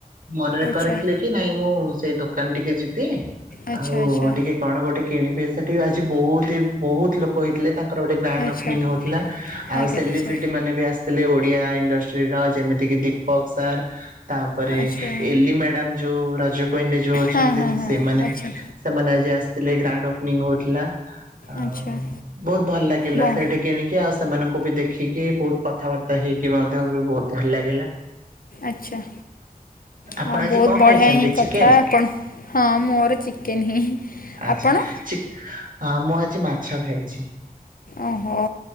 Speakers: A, on the right; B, on the left.
A: ମନରେ
B: ଆଚ୍ଛା
A: କରିଥିଲେ କି ନାଇଁ ମୁଁ ସେଇ ଦୋକାନ କାନ୍ ଟିକେ ଯିବି
B: ଆଚ୍ଛା
A: ଆଉ
B: ଆଚ୍ଛା
A: ଟିକେ କଣ ଗୋଟେ କିଣିବେ ସେଠି ଆଜି ବହୁତି ବହୁତ ଲୋକ ହେଇଥିଲେ। ଙ୍କର ଗୋଟେ
B: ଆଚ୍ଛା
A: ଓପନିଂ ହଉଥିଲା ଆଉ
B: ଆଜ୍ଞା
A: ସେଲିବ୍ରିଟି
B: ଆଚ୍ଛା।
A: ମାନେ ବି ଆସିଥିଲେ ଓଡିଆ ଇଣ୍ଡଷ୍ଟ୍ରୀ ର ଯେମିତିକି ଦୀପକ ସାର୍। ତାପରେ
B: ଆଚ୍ଛା
A: ଏଲି ମ୍ୟାଡାମ ଯୋଉ ରଜ କ୍ୱିଇନ୍ ରେ ଯୋଉ ଅଛନ୍ତି
B: ହଁ ହଁ ହଁ
A: ସେଇମାନେ।
B: ଆଚ୍ଛା
A: ସେମାନେ ଆଜି ଆସିଥିଲେ ଗ୍ରାଣ୍ଡ ଓପନିଂ ହଉଥିଲା ଆଉ।
B: ଆଚ୍ଛା
A: ବହୁତ ଭଲ ଲାଗିଲା
B: ବ
A: ସେଠି କିଣିକି। ଆଉ ସେମାନଙ୍କୁ ବି ଦେଖିକି ବହୁତ କଥାବାର୍ତ୍ତା ହେଇକି ମଧ୍ୟ ବି ବହୁତ ଭଲ ଲାଗେ
B: ଆଚ୍ଛା।
A: ଆପଣ
B: ହଁ
A: ଆଜି
B: ବହୁତ
A: କଣ
B: ବଢ଼ିଆ
A: ଖାଇଛନ୍ତି
B: ହିଁ କଥା
A: ଚିକେନ
B: କଣ ହଁ ମୋର ଚିକେନ ହିଁ।
A: ଆଛା
B: ଆପଣ
A: ଚି ମୁଁ ଆଜି ମାଛ ଖାଇଛି।
B: ଓହୋ।